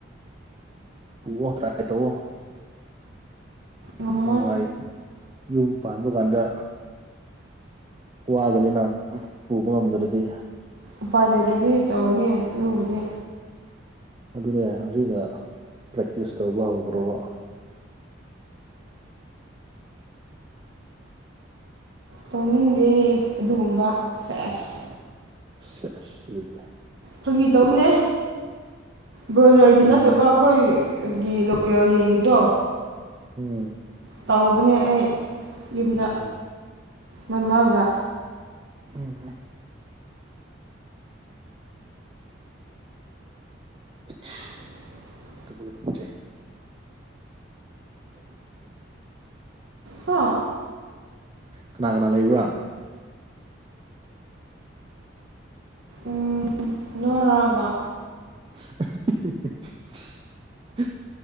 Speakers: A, on the right; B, on the right.
A: ꯄꯨꯑꯣꯣ ꯀꯔꯥꯏ ꯇꯧꯑꯣꯣ
B: ꯉꯝꯃꯣꯏ
A: ꯍꯦꯡꯋꯥꯏ ꯌꯨꯝ ꯄꯥꯟꯕ ꯀꯥꯟꯗ ꯋꯥꯒꯅꯤ ꯅꯪ ꯄꯨꯕ ꯉꯝꯗ꯭ꯔꯗꯤ
B: ꯎꯄꯥꯗꯩ ꯑꯗꯨꯗꯤ ꯇꯧꯔꯅꯤ ꯂꯨꯕꯗꯤ
A: ꯑꯗꯨꯅꯦ ꯍꯧꯖꯤꯛꯅ ꯄ꯭ꯔꯦꯛꯇꯤꯁ ꯇꯧꯕ ꯍꯧꯈ꯭ꯔꯕ
B: ꯇꯣꯡꯅꯤꯡꯗꯦ ꯑꯗꯨꯒꯨꯝꯕ ꯁꯦꯁ
A: ꯁꯗ
B: ꯐꯪꯈꯤꯗꯧꯅꯦ ꯕ꯭ꯔꯣꯏꯂꯔꯒꯤ
A: ꯇꯧꯅꯤꯡꯉꯛꯑꯣ
B: ꯅꯠꯇꯕ ꯑꯩꯈꯣꯏꯒꯤ ꯂꯣꯀꯦꯜ ꯌꯦꯡꯉꯗꯣ
A: ꯎꯝ
B: ꯇꯧꯕꯅꯦ ꯑꯩ ꯌꯨꯝꯗ
A: ꯎꯝ
B: ꯃꯃꯥꯒ
A: ꯎꯝ ꯑ
B: <inaudible>
A: ꯅꯆꯦ
B: ꯍ
A: ꯀꯅꯥ ꯀꯅꯥ ꯂꯩꯕ꯭ꯔꯥ
B: ꯎꯝ ꯅꯣꯏꯔꯒ
A: <inaudible>